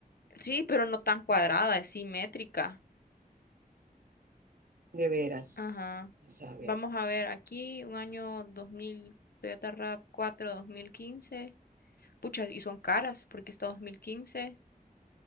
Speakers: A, on the left; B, on the right.
A: Sí, pero no tan cuadrada, es simétrica.
B: De veras.
A: Ajá.
B: Vamos a ver,
A: Vamos a ver aquí, un año 2000, Toyota RAV4 2015. Pucha, y son caras porque está 2015.